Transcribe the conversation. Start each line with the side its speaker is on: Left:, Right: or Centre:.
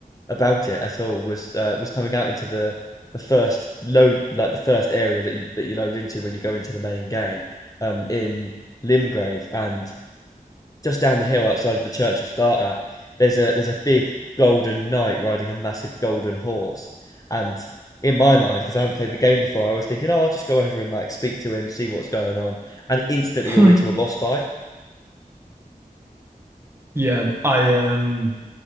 Left: about it at all was uh, was coming out into the the first load like the first area that you that you load into when you go into the main game um in Limgrave and just down the hill outside of the church you start at there's a there's a big golden knight riding a massive golden horse and in my mind because I hadn't played the game before I was thinking oh I'll just go over and like speak to him see what's going on and instantly
Right: <laughs>
Left: you're into a boss fight
Right: yeah I um